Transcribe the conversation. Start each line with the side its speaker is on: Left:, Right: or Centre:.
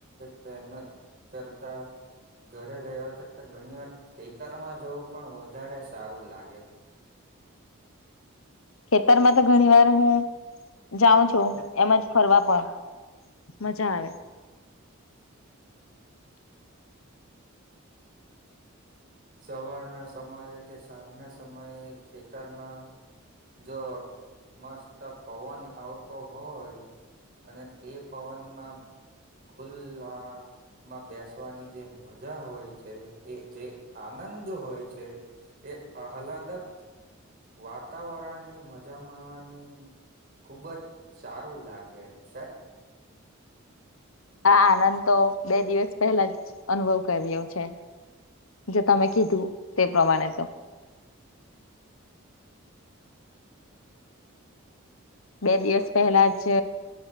Right: તે કરતા ઘરે રહેવા કરતા ઘણી વાર ખેતરમાં જવું પણ વધારે સારું લાગે
Left: ખેતરમાં તો ઘણી વાર હું જાઉં છું એમજ ફરવા પણ મજા આવે.
Right: સવારના સમયે કે સાંજના સમયે ખેતરમાં જો મસ્ત પવન આવતો હોય. અને તે પવનમાં ખુલ્વા માં બેસવાની જે મજા હોય છે, એ જે આનંદ હોય છે એ આહલાદત વાતાવરણ ની મજા માણવાની ખુબ જ સારું લાગે છે.
Left: આ આનંદ તો બે દિવસ પહેલા જ અનુભવ કર્યો છે. જો તમે કીધું તે પ્રમાણે તો બે દિવસ પહેલા જ